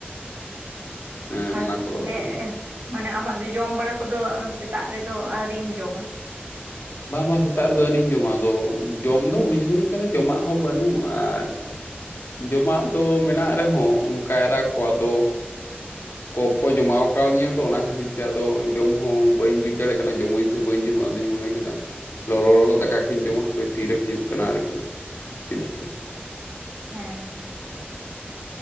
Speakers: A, on the left; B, on the right.
A: ᱦᱮᱸ
B: ᱟᱨ
A: ᱚᱱᱟ
B: ᱛᱟᱦᱚᱞᱮ
A: ᱠᱚᱫᱚ ᱜᱟᱱᱚᱜᱼᱟ
B: ᱢᱟᱱᱮ ᱟᱢᱟᱜ ᱡᱚᱢ ᱵᱟᱲᱟ ᱠᱚᱫᱚ ᱥᱮᱛᱟᱜ ᱨᱮᱫᱚ ᱟᱣᱨᱤᱢ ᱡᱚᱢᱟ?
A: ᱵᱟᱝ ᱵᱟᱝ ᱥᱮᱛᱟᱜ ᱨᱮᱫᱚ ᱟᱹᱣᱨᱤᱧ ᱡᱚᱢᱟ. ᱟᱫᱚ ᱡᱚᱢ ᱫᱚ ᱵᱩᱡᱷᱟᱹᱣᱟᱹᱧ ᱠᱟᱱᱟ ᱡᱚᱢᱟᱜ ᱦᱚᱸ ᱵᱟᱹᱱᱩᱜ ᱟᱨ ᱡᱚᱢᱟᱜ ᱫᱚ ᱢᱮᱱᱟᱜ ᱨᱮᱦᱚᱸ ᱚᱱᱠᱟ ᱠᱟᱭᱨᱟ ᱠᱚ ᱟᱫᱚ
B: <inaudible>
A: ᱠᱚᱯ ᱠᱚ ᱡᱚᱢᱟᱣ ᱠᱟᱣ ᱫᱤᱧᱟ ᱛᱚ ᱚᱱᱟ ᱠᱷᱟᱹᱛᱤᱨ ᱛᱮ ᱟᱫᱚ ᱡᱚᱢ ᱦᱚᱸ ᱵᱟᱹᱧ ᱵᱩᱡᱽ ᱫᱟᱲᱮᱭᱟᱜ ᱠᱟᱱᱟ ᱡᱚᱢᱟᱹᱧ ᱥᱮ ᱵᱟᱹᱧ ᱡᱚᱢᱟ ᱟᱫᱚᱧ ᱢᱚᱱᱮ ᱠᱮᱫᱟ ᱞᱚᱞᱚ ᱞᱚᱞᱚ ᱫᱟᱠᱟ ᱠᱚᱧ ᱡᱚᱢᱟ ᱦᱟᱯᱤ ᱛᱤᱨᱮ ᱦᱩᱭᱩᱜ ᱠᱟᱱᱟ ᱟᱨᱠᱤ ᱤᱥᱤᱱᱚᱜ ᱠᱟᱱᱟ
B: ᱦᱮᱸ ᱦᱮᱸ